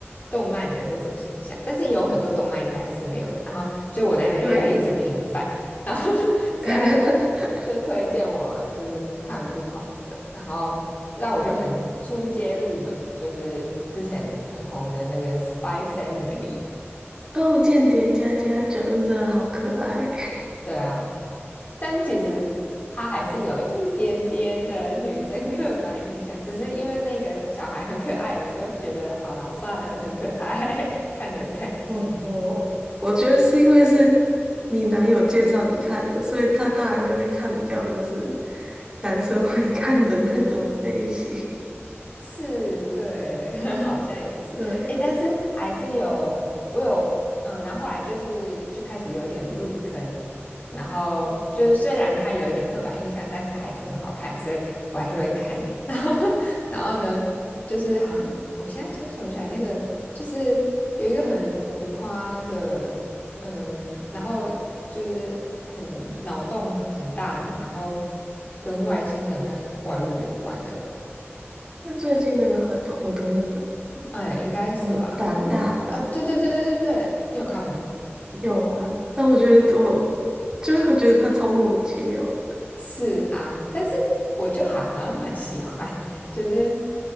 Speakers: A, on the left; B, on the right.
A: 动漫的那种形象，但是也有很多动漫应该是没有的然后就我男友就要一直平反。
B: 对。
A: 然后 <laughs> 所以他就
B: <laughs>
A: 就推荐我就是看不同的，然后让我就很出街入门，就是之前很红的那个《Spy Family》，
B: 哦，间谍加加九那真的好可爱。
A: 对啊，但其实他还是有一点点的女生刻板印象，只是因为那个小孩很可爱，我就觉得好啦，算了，很可爱，<laughs> 看得很开心。
B: <laughs> 哦哦，我觉得是因为是你男友介绍你看的，所以他当然就会看比较就是男生会看的那种类型。
A: 是，对，<laughs> 好像也是，
B: <laughs> 对，
A: 诶，但是还是有，我有，嗯，然后后来就是就开始有点入坑，然后就是虽然它有一点刻板印象，但是还是很好看，所以我还是会看。<laughs> 然后，然后呢，就是好像我现在突然想不起来那个，就是有一个很浮夸的，嗯，然后就是很脑洞很大，然后跟外星人和怪物有关的。
B: 那最近那个很红的那个
A: 哎，应该是吧？
B: 什么胆大党
A: 啊，对对对对对对，你有看吗？
B: 有啊，但我觉得我就会觉得他超莫名其妙的。
A: 是啊，但是我就还好像蛮喜欢，<laughs> 就是